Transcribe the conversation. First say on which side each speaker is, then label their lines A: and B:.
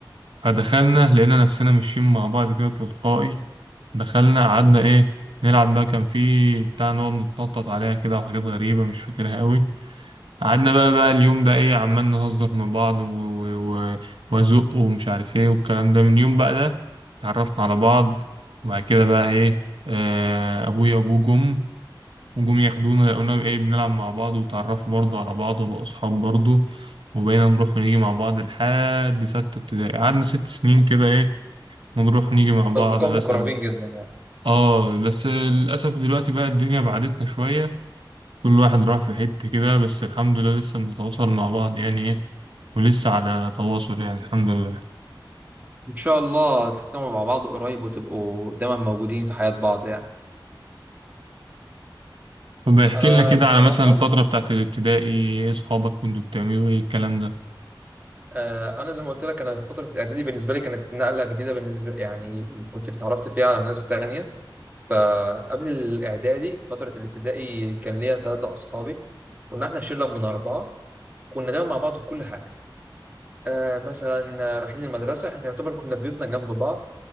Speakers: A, on the right; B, on the right.
A: فدخلنا لقينا نفسنا ماشيين مع بعض كده تلقائي دخلنا قعدنا ايه نلعب بقى كان في بتاع نقعد نتنطط عليها كده وحاجات غريبة مش فاكرها قوي قعدنا بقى بقى اليوم ده ايه عمال نهزر مع بعض و- و- و- وازق ومش عارف ايه والكلام ده من يوم بقى ده اتعرفنا على بعض وبعد كده بقى ايه آه، ابويا وابوه جم وجم ياخدونا قلنا ايه بنلعب مع بعض وتعرفوا برضه على بعض وبقوا أصحاب برضه وبقينا نروح ونيجي مع بعض لحد ستة ابتدائي قعدنا ست سنين كده ايه ونروح ونيجي مع بعض
B: اصدقاء
A: مثلا
B: مقربين جدا يعني
A: اه بس للأسف دلوقتي بقى الدنيا بعدتنا شوية كل واحد راح في حتة كده بس الحمد لله لسه بنتواصل مع بعض يعني ايه ولسه على تواصل يعني الحمد لله
B: ان شاء الله تجتمعوا مع بعض قريب وتبقوا دايما موجودين في حياة بعض يعني
A: طب احكي
B: انا
A: لنا كده
B: بصراحه
A: على مثلا الفترة بتاعت الابتدائي ايه صحابك كنتوا بتعملوا ايه الكلام ده
B: آه، انا زي ما قلت لك انا في فتره الاعدادي بالنسبه لي كانت نقله جديده بالنسبه يعني كنت اتعرفت فيها على ناس تانية فقبل الاعدادي فتره الابتدائي كان ليا ثلاثه اصحابي كنا احنا شله من اربعه كنا دايما مع بعض في كل حاجه آه مثلا رايحين المدرسه احنا يعتبر كنا بيوتنا جنب بعض